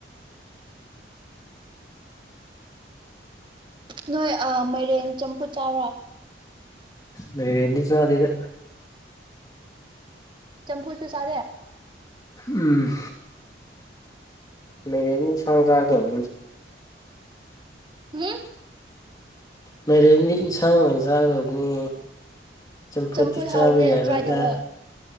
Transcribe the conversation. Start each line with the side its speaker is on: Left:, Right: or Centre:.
Right: ꯅꯣꯏ ꯑ ꯃꯥꯏꯔꯦꯟ ꯆꯝꯐꯨꯠ ꯆꯥꯕ꯭ꯔꯥ
Left: ꯃꯥꯏꯔꯦꯟꯗꯤ ꯆꯥꯗꯦꯗ
Right: ꯆꯝꯐꯨꯠꯁꯨ ꯆꯥꯗꯦ
Left: ꯎꯝ ꯃꯥꯏꯔꯦꯟꯗꯤ ꯁꯪ ꯖꯥ ꯇꯧꯕꯒꯨꯝꯅꯤ
Right: ꯎꯝ
Left: ꯃꯥꯏꯔꯦꯟꯗꯤ ꯏꯟꯁꯥꯡ ꯑꯣꯏꯅ ꯆꯥꯒꯗꯕꯅꯤ ꯆꯝꯐꯨꯠꯇꯤ
Right: ꯆꯝꯐꯨꯠ
Left: ꯆꯥꯕ
Right: ꯍꯥꯎꯕꯅꯦ
Left: ꯌꯥꯔꯣꯏꯗ
Right: ꯇ꯭ꯔꯥꯏ ꯇꯧꯋꯣ